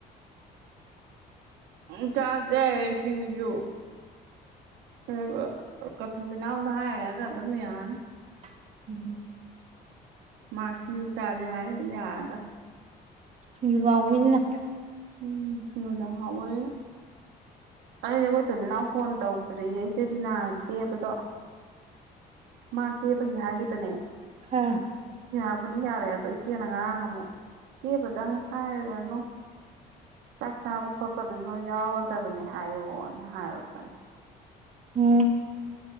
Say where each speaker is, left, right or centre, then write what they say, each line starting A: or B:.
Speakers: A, on the right; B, on the right.
A: ꯎꯝ ꯆꯥꯖꯦ ꯁꯤꯡꯖꯨ <unintelligible> ꯍꯥꯏꯔꯒ ꯑꯗꯨꯝ ꯌꯥꯅꯤ
B: <inaudible>
A: ꯃꯥ ꯁꯤꯡꯖꯨ ꯆꯥꯖꯦ ꯍꯥꯏꯌꯣ ꯑꯗꯨꯝ ꯌꯥꯔꯗꯝꯅꯤ
B: <unintelligible>
A: ꯎꯝ ꯌꯨꯗ ꯉꯥꯎꯕꯅꯤꯅ ꯑꯩꯗꯤ ꯑꯩꯈꯣꯏ ꯊꫭꯏꯕꯤꯅꯥꯎ ꯐꯣꯟ ꯇꯧꯗ꯭ꯔꯤꯌꯦ ꯏꯆꯦ ꯕꯤꯅꯥ ꯀꯦꯕꯗꯣ ꯃꯥ ꯀꯦꯕꯒꯤ ꯍꯥꯏꯈꯤꯕꯅꯦ
B: ꯑ
A: <unintelligible> ꯕꯨꯗꯤ ꯌꯥꯔꯦ ꯑꯗꯣ ꯏꯆꯦꯅ ꯉꯔꯥꯡ ꯑꯃꯨꯛ ꯀꯦꯕꯗꯪ ꯍꯥꯏꯔꯨꯔꯅꯨ ꯆꯥꯛ ꯆꯥꯕ ꯈꯣꯠꯄ ꯑꯗꯨꯝ ꯂꯣꯏ ꯌꯥꯎꯔꯗꯕꯅꯦ ꯍꯥꯏꯌꯣꯅ ꯍꯥꯏꯔꯛꯄꯅꯦ
B: ꯎꯝ